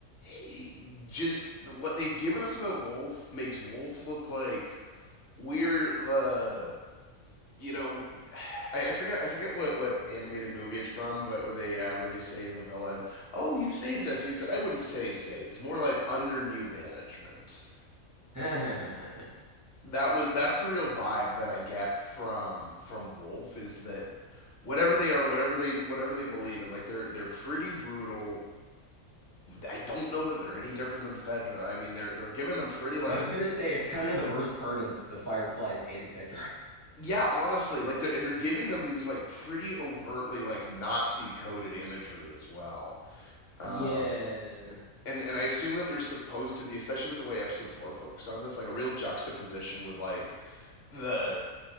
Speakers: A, on the left; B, on the right.
A: E- Just the, what they've given us about Wolf makes Wolf look like we're the you know, I, I forget I forget what, what animated movie it's from, but where they uh, where they say to the villain, "Oh, you've saved us," and he said, "I wouldn't say saved, more like under new management."
B: <laughs>
A: That was that's the real vibe that I get from from Wolf is that whatever they are, whatever they whatever they believe in, like they're they're pretty brutal. I don't know that they're any different than Fedra. I mean, they're they're giving them pretty like
B: I was
A: you
B: gonna say it's kind of the worst part is the fireflies and Phaedra. <laughs>
A: Yeah, honestly, like they're and they're giving them these like pretty overtly like Nazi coded imagery as well. Um
B: Yeah,
A: and and I assume that there's supposed to be, especially with the way episode 4 focused on this, like a real juxtaposition with like the